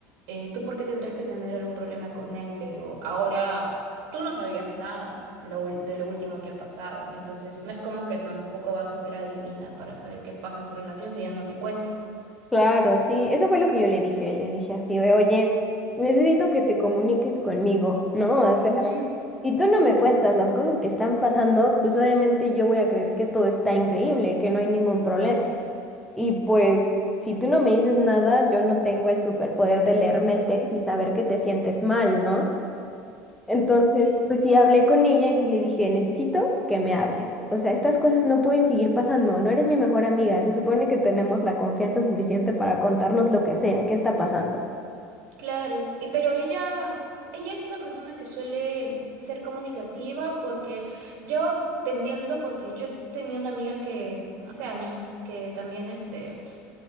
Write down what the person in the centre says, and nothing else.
Claro, sí, eso fue lo que yo le dije, le dije así de, oye, necesito que te comuniques conmigo, ¿no? O sea,
si tú no me cuentas las cosas que están pasando, pues obviamente yo voy a creer que todo está increíble, que no hay ningún problema.
Y pues, si tú no me dices nada, yo no tengo el superpoder de leer mentes y saber que te sientes mal, ¿no? Entonces,
pues sí hablé con ella y sí le dije, necesito que me hables. O sea, estas cosas no pueden seguir pasando, no eres mi mejor amiga, se supone que tenemos la confianza suficiente para contarnos lo que sea, qué está pasando.